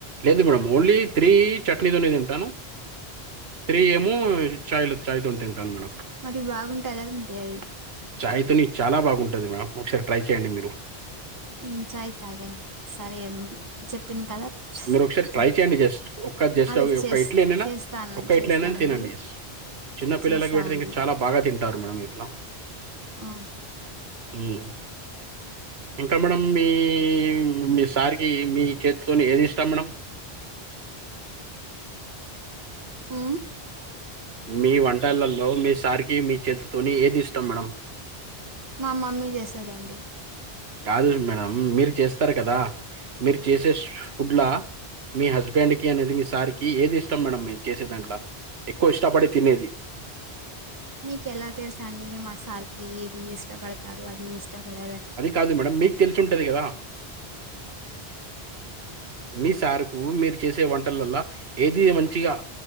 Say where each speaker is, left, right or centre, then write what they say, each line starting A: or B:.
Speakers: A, on the right; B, on the right.
A: లేదు మేడం ఓన్లీ త్రీ చట్నీతోనే తింటాను త్రీ ఏమో చాయ్ల చాయ్ తోని తింటాను మేడం
B: మరి బాగుంటదా ఏంటి అది
A: చాయ్ తోని చాలా బాగుంటది మేడం ఒకసారి ట్రై చేయండి మీరు
B: నేను చాయ్ తాగనండి సరేం చెప్పింది కదా
A: మీరు ఒకసారి ట్రై
B: చెప్
A: చేయండి జస్ట్ ఒక్క జస్ట్
B: అది
A: ఆ
B: చేస్
A: ఒక్క ఇడ్లీనైనా
B: చేస్తాను
A: ఒక్క
B: చేస్తానండి.
A: ఇడ్లీ అయినా తినండి జస్ట్ చిన్న పిల్లలకి
B: చేస్తానండి.
A: పెడితే ఇంగ చాలా బాగా తింటారు మేడం ఇట్లా
B: ఆ
A: హ్మ్. ఇంకా మేడం మీ మీ సార్ కి మీ చేతితోని ఏది ఇష్టం మేడం
B: ఆ
A: మీ వంటలలో మీ సార్ కి మీ చేతుతోని ఏది ఇష్టం మేడమ్
B: మా మమ్మీ చేస్తది అండి
A: కాదు మేడం మీరు చేస్తారు కదా మీరు చేసే ష్ ఫుడ్లా మీ హస్బెండ్ కి అనేది మీ సార్కి ఏది ఇష్టం మేడం మీ చేసేదాంట్ల ఎక్కువ ఇష్టపడి తినేది
B: మీకెలా తెలుసా అండి మాకు సార్కి ఏది ఇష్టపడతారు అది ఇష్టపడరు అని
A: ఆది కాదు మేడం మీకు తెలిసి ఉంటది గదా మీ సార్కు మీరు చేసే వంటలల్ల ఏది మంచిగా